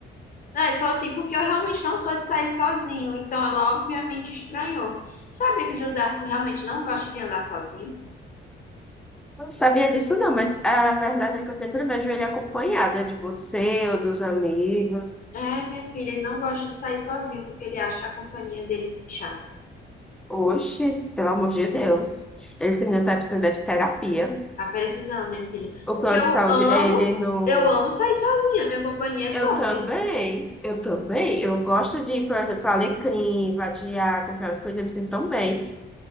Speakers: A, on the left; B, in the centre.
A: Não, ele falou assim, porque eu realmente não sou de sair sozinho. Então ela obviamente estranhou. Sabia que o José Arthur realmente não gosta de andar sozinho?
B: Eu não sabia disso não, mas a verdade é que eu sempre vejo ele acompanhada de você ou dos amigos.
A: É, minha filha, ele não gosta de sair sozinho porque ele acha a companhia dele chata.
B: Oxe, pelo amor de Deus. Esse menino tá precisando de terapia.
A: Tá precisando, minha filha.
B: O
A: Porque
B: plano
A: eu
B: de saúde,
A: amo,
B: ele não...
A: eu amo sair sozinha. Minha companhia é
B: Eu
A: top.
B: também, eu também. Eu gosto de ir, por exemplo, Alecrim, vadiar, comprar umas coisas, eu me sinto tão bem.